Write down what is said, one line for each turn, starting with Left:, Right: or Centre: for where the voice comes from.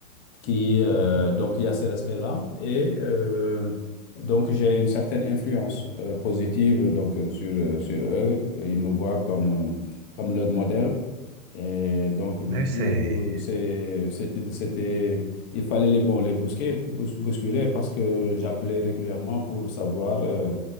Left: qui euh,
Right: Mhm.
Left: donc il y a ce respect-là et euh, donc j'ai une certaine influence euh, positive donc euh, sur euh, sur eux ils me voient comme euh, comme leur modèle et donc, du
Right: Oui,
Left: coup,
Right: c'est...
Left: euh, c'est, c'était, c'était, il fallait les, bon, les bousquer, bous- bousculer parce que j'appelais régulièrement pour savoir, euh,